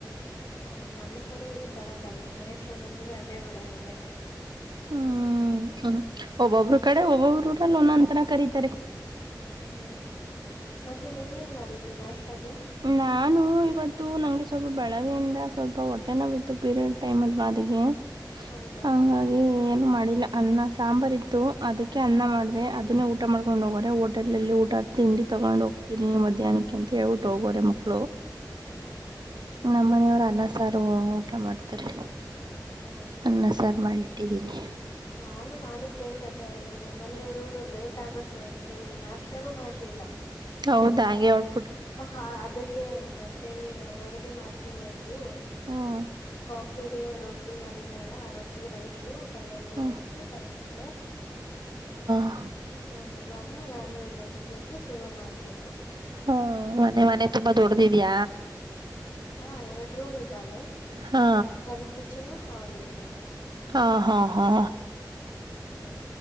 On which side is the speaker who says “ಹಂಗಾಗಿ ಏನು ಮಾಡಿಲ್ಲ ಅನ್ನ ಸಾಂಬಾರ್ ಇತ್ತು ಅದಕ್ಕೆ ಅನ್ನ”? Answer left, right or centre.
Right